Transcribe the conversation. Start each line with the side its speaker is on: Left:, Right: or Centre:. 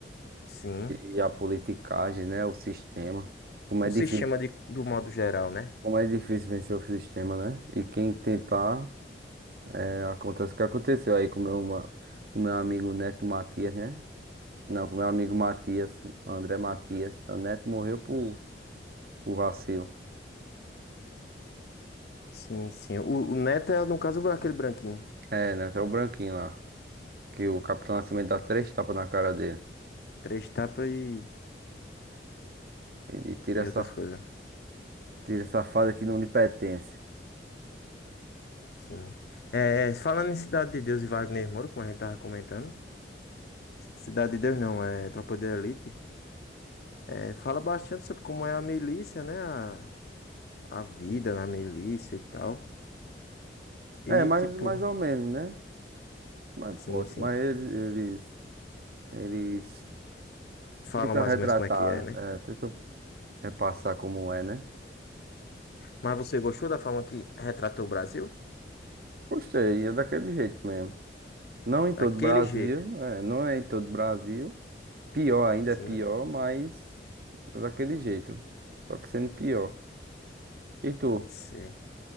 Left: Sim.
Right: e a politicagem, né? O sistema. Como é
Left: O
Right: difícil,
Left: sistema de, do modo geral, né?
Right: como é difícil vencer o sistema, né? E quem tentar, é, acontece o que aconteceu aí com meu, ma- com meu amigo Neto Matias, né? Não, com meu amigo Matias, André Matias. O Neto morreu por, por vacilo.
Left: Sim, sim. O, o Neto é, no caso, aquele branquinho.
Right: É, Neto é o branquinho lá. Que o Capitão Nascimento dá três tapas na cara dele.
Left: Três tapas e
Right: Ele tira
Left: E
Right: essa,
Left: outras coisas.
Right: tira essa fase que não lhe pertence.
Left: Sim. É, falando em Cidade de Deus e Wagner Moura, como a gente tava comentando. Cidade de Deus não, é Tropa de Elite. É, fala bastante sobre como é a milícia, né? A, a vida na milícia e tal. E
Right: É, mais,
Left: tipo,
Right: mais ou menos, né? Mas
Left: sim,
Right: posso.
Left: sim.
Right: Mas eles, eles, eles
Left: Falam
Right: tentam
Left: mais
Right: retratar,
Left: ou menos como é que é, né?
Right: é, tentam repassar como é, né?
Left: Mas você gostou da forma que retratou o Brasil?
Right: Gostei, é daquele jeito mesmo. Não em todo
Left: Daquele
Right: o Brasil,
Left: jeito.
Right: é, não é em todo o Brasil. Pior ainda
Left: Sim,
Right: é pior, mas é daquele jeito. Só que sendo pior. E tu?
Left: sim.